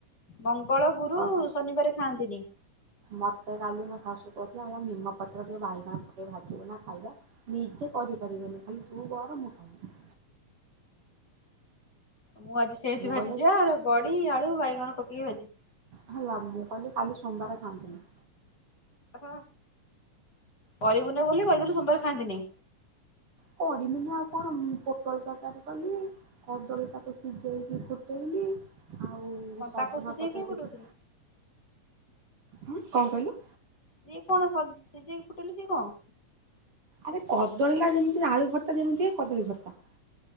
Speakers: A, on the left (about 30°); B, on the right (about 50°).
A: ମଙ୍ଗଳ ଗୁରୁ
B: ଓହୋ
A: ଶନିବାର ଖାଆନ୍ତିନି।
B: ମତେ କାଲି ମୋ ଶାଶୁ କହୁଥିଲେ ଆଜ୍ଞା ନିମପତ୍ର ଟିକେ ବାଇଗଣ ପ ଟେ ଭାଜିବୁ ନା ଖାଇବା ନିଜେ କରିପାରିବନି ଖାଲି ତୁ କର ମୁଁ ଖାଲି।
A: ମୁଁ ଆଜି ସେଏଁତି
B: ମୁଁ
A: ଭାଜିଛି
B: କହିଲି
A: ଆଡେ ବଡ଼ି, ଆଳୁ, ବାଇଗଣ ପକେଇକି ଭାଜିଛି।
B: ହେଲା, ମୁଁ କହିଲି କାଲି ସୋମବାର ଖାଆନ୍ତିନି।
A: ହଁ, କରିବୁନି ବୋଲି, କହିଦେଲୁ ସୋମବାରେ ଖାଆନ୍ତିନି।
B: କରମିନି ଆଉ କଣ? ପୋଟଳ ତରକାରୀ କଲି। କଦଳୀ ତାକୁ ସିଜେଇକି, ଫୁଟେଇଲି। ଆଉ
A: କଣ
B: ସଜନା
A: ତାକୁ ସିଝେଇକି
B: ପତ୍ର
A: କାଇଁ ଫୁଟଉଥିଲୁ?
B: ଦିଟି, କଣ କହିଲୁ?
A: ସିଏ କଣ ସ, ସିଝେଇକି ଫୁଟେଇଲେ ସିଏ କଣ?
B: ଆରେ କଦଳୀ ଟା ଯେମିତି ଆଳୁ ଭର୍ତ୍ତା ଯେମିତି ଏ କଦଳୀ ଭର୍ତ୍ତା।